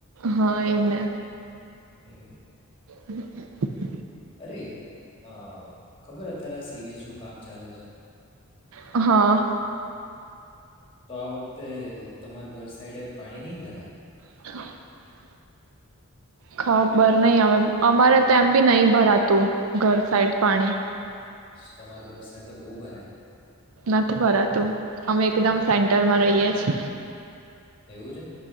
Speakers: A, on the right; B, on the left.
A: હા એને
B: હમ્મ
A: હમ્મ
B: અરે અ ખબર તારા સીવેજનું કામ ચાલે છે
A: હા
B: તો આ વખતે તમાર ઘર સાઈડે પાણી નહી ભરાય
A: <inaudible> ખબર નહી આવે અમારે તો એમ બી નહી ભરાતું ઘર સાઇડ પાણી
B: તમાર ઘર સાઈડ તો બહુ ભરાય
A: નથી ભરાતું અમે એકદમ સેન્ટરમાં રહીયએ છે
B: એવું છે